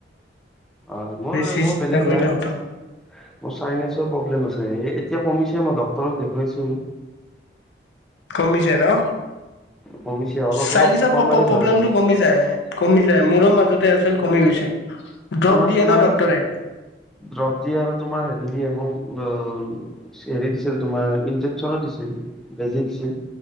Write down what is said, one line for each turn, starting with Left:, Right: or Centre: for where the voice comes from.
Centre: অ মোৰ
Left: বেছি
Centre: মোৰ
Left: চিন্তা
Centre: বেলেগ
Left: কৰিলে
Centre: নাই মোৰ
Left: খতম
Centre: চাইন্সিৰ প্ৰব্লেম আছে। এতিয়া কমিছে মই ডক্টৰক দেখুৱাইছো।
Left: কমিছে ন
Centre: কমিছে অলপ
Left: চাইন্সিৰ
Centre: অলপ সোপা মাৰি
Left: প্ৰব্লেমটো
Centre: ধৰে
Left: কমি যায়, মোৰো মাজতে আছিল। কমি গৈছে। ড্ৰপ
Centre: আমাৰ
Left: দিয়ে
Centre: তোমাৰ
Left: ন ডক্তৰে
Centre: দ্ৰপ দিয়ে আৰু তোমাৰ হেৰি দিয়ে মোৰ- অ হেৰি দিছিল তোমাৰ ইনজেকচনো দিছিল বেজি দিছিল।